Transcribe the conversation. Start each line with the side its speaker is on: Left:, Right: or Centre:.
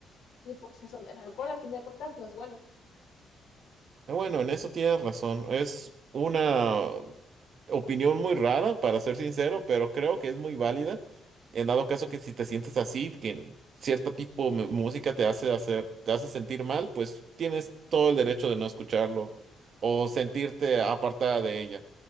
Left: y pues eso, el alcohol al fin de cuentas no es bueno.
Right: Eh, Bueno, en eso tienes razón. Es una opinión muy rara, para ser sincero, pero creo que es muy válida. En dado caso que si te sientes así, que cierto tipo de música te hace hacer, te hace sentir mal, pues tienes todo el derecho de no escucharlo o sentirte apartada de ella.